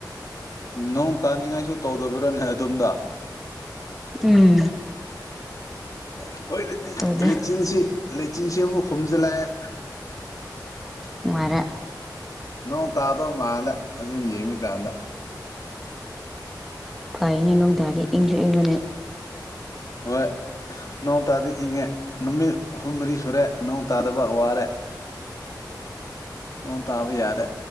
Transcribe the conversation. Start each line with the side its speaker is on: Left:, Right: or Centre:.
Left: ꯅꯣꯡ ꯇꯥꯅꯤꯡꯉꯥꯏꯁꯨ ꯇꯧꯗꯕ꯭ꯔꯥꯅꯦ ꯑꯗꯣꯝꯗ
Centre: ꯎꯝ
Left: ꯑꯦ ꯑꯩꯈꯣꯏꯔꯗꯤ
Centre: ꯇꯧꯗꯦ
Left: ꯂꯩꯆꯤꯟꯁꯤ ꯂꯩꯆꯤꯟꯁꯤ ꯑꯃꯨꯛ ꯈꯣꯨꯝꯝꯖꯤꯜꯂꯛꯑꯦ
Centre: ꯅꯨꯡꯉꯥꯏꯔꯦ
Left: ꯅꯣꯡ ꯇꯥꯗꯣ ꯃꯥꯂꯦ ꯑꯗꯨ ꯌꯦꯃꯤ ꯀꯥꯟꯗ
Centre: ꯐꯩꯅꯦ ꯣꯡ ꯇꯥꯔꯗꯤ ꯏꯪꯁꯨ ꯏꯪꯉꯅꯤ
Left: ꯍꯣꯏ ꯅꯣꯡ ꯇꯥꯗꯤ ꯏꯪꯉꯦ ꯅꯨꯃꯤꯠ ꯍꯨꯝ ꯃꯔꯤ ꯁꯨꯔꯦ ꯅꯣꯡ ꯇꯥꯗꯕ ꯋꯥꯔꯦ ꯅꯣꯡ ꯇꯥꯕ ꯌꯥꯔꯦ